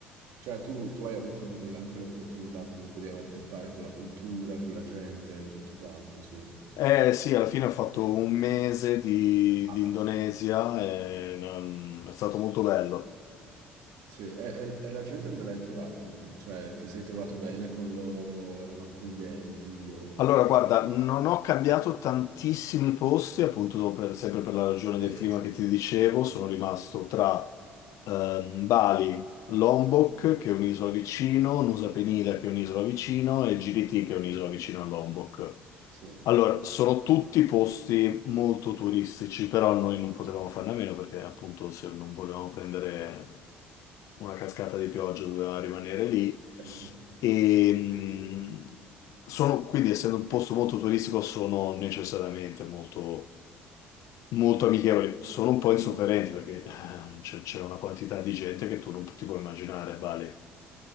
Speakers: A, on the right; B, on the left.
A: Cioè, tu, tu hai avuto quindi anche l'opportunità comunque di avere a che fare con la cultura, con la gente, tutto quanto, sì.
B: Eh sì, alla fine ho fatto un mese di,
A: Vabbè.
B: di Indonesia e non- è stato molto bello.
A: Sì, e, e- e la gente come l'hai trovata lì? Cioè, ti sei trovato bene con loro? Erano accoglienti? O...
B: Allora, guarda, non ho cambiato tantissimi posti, appunto per- sempre per la ragione
A: Sì,
B: del
A: sì,
B: clima
A: sì,
B: che ti dicevo, sono rimasto tra ehm, Bali, Lombok, che è un'isola vicino, Nusa Penida, che è un'isola vicino, e Giriti, che è un'isola vicino a Lombok.
A: sì,
B: Allora, sono tutti posti molto turistici, però noi non potevamo farne a meno perché appunto se non volevamo prendere una cascata di pioggia doveva rimanere lì.
A: certo.
B: E, mh, sono, quindi, essendo un posto molto turistico, sono necessariamente molto, molto amichevoli. Sono un po' insofferenti perché eh, c'è c'era una quantità di gente che tu non ti puoi immaginare, vale.